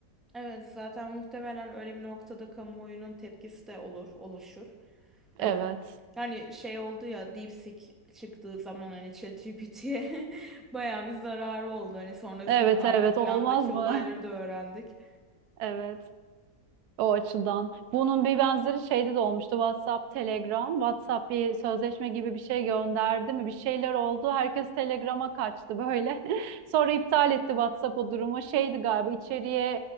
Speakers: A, in the centre; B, on the right.
A: Evet zaten muhtemelen öyle bir noktada kamuoyunun tepkisi de olur, oluşur.
B: Evet.
A: Ee, yani şey oldu ya DeepSeek çıktığı zaman hani ChatGPT'ye <laughs> bayağı bir zararı oldu. Hani sonrasında
B: Evet
A: arka
B: evet
A: plandaki
B: olmaz mı?
A: olayları da öğrendik.
B: <laughs> Evet. O açıdan. Bunun bir benzeri şeyde de olmuştu. WhatsApp, Telegram. WhatsApp bir sözleşme gibi bir şey gönderdi mi? Bir şeyler oldu. Herkes Telegram'a kaçtı böyle. <laughs> Sonra iptal etti WhatsApp o durumu. Şeydi galiba içeriye